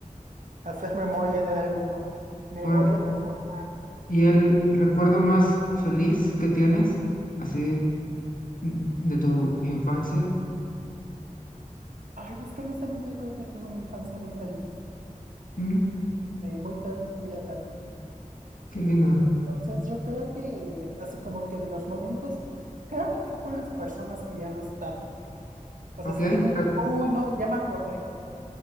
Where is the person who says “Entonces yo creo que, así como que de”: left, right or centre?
Right